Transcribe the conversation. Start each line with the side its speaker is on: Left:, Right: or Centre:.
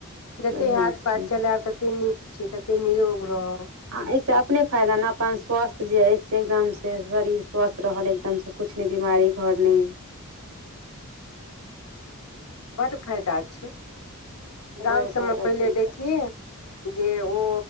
Left: जते
Right: बढ़ियां
Left: हाथ
Right: छै
Left: पैर चलैब तते नीक से तते निरोग रहब।
Right: आ एहिस अपने फायदा ने अपन स्वास्थ्य जे अइ से एकदम से शरीर स्वस्थ रहल एकदम से कुछ नहि बीमारी घर नहि
Left: बड्ड फायदा छै गाम
Right: बड़
Left: सभमे
Right: फायदा
Left: पहिले
Right: छै
Left: देखियै जे ओ